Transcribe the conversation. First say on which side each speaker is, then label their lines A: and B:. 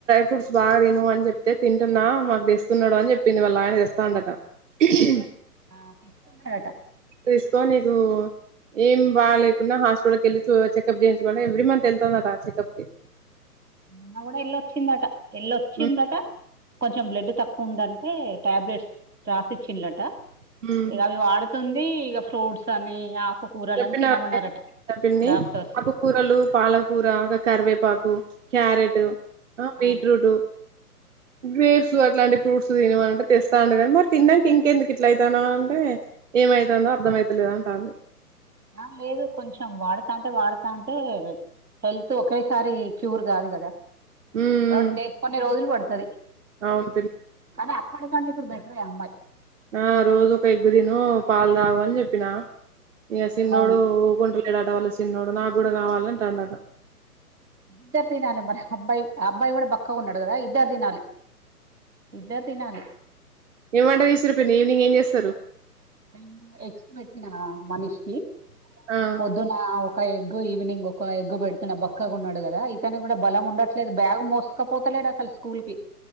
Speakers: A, on the right (about 50°); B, on the right (about 75°).
A: ఫుడ్స్ బాగా తిను అని చెప్తే తింటున్నా మాకు తెస్తున్నాడు అని చెప్పింది వాళ్ళ ఆయన తెస్తాండట హు
B: ఆ తెస్తున్నాడట
A: తీసుకో నీకు ఏం బాగా లేకున్నా హాస్పిటల్ కి వెళ్ళి చు చెకప్ చేయించుకుంట ఎవ్రీ మంత్ వెళ్తుందట చెకప్ కి
B: మొన్న కూడా ఎల్ళొచ్చిందట ఎల్ళొచ్చిందట
A: హ్మ్
B: కొంచెం బ్లడ్ తక్కువ ఉందంటే టాబ్లెట్స్ రాసిచ్చిల్లు అట
A: హ్మ్
B: ఇక అవి వాడు ది ఇక ఫ్రూట్స్ అని ఆకుకూరలని
A: చెప్పినా
B: తినమన్నారట
A: చెప్పింది ఆ పిన్ని
B: డాక్టర్స్
A: ఆకుకూరలు పాలకూర గా కరివేపాకు క్యారెట్ బీట్
B: అవును
A: రూట్ గ్రేప్స్ అట్లాంటి ఫ్రూట్స్ తినమని అంటే తెస్తాండు కానీ మరి తిన్నాక ఇంకెందుకు ఇట్లా అయితానావు అంటే ఏమైతుందో అర్థమవుతలేదు అంటాల్లు
B: ఆ లేదు కొంచెం వాడతా అంటే వాడతా అంటే హెల్త్ ఒకేసారి క్యూర్ కాదు కదా
A: ఉమ్
B: అంతే కొన్ని రోజులు పడుతది
A: అవును
B: కానీ అప్పటికంటే ఇప్పుడు బెటరే అమ్మాయి
A: ఆ రోజు ఒక ఎగ్గు తిను పాలు తాగు అని చెప్పిన ఇక చిన్నోడు
B: అవును
A: ఉకొంటలేడుట వాళ్ళ చిన్నోడు నాకు కూడా కావాలలే అంటుండట
B: ఇద్దరు తినాలి మరి అబ్బాయి అబ్బాయి కూడా బక్కాగా ఉన్నాడు కదా ఇద్దరు తినాలి ఇద్దరు తినాలి
A: ఏం వంట చేసిర్రు పిన్ని ఈవినింగ్ ఏం చేస్తారు
B: నేన ఎగ్సు బెట్టినా మనిషికి
A: ఆ
B: పొద్దున ఒక ఎగ్గు ఈవినింగొక ఎగ్గు బెడతన బక్కగున్నాడు గదా ఇతను గుడ బలముండట్లేదు బ్యాగు మోస్ కపోతలేడు అసల్ స్కూల్ కి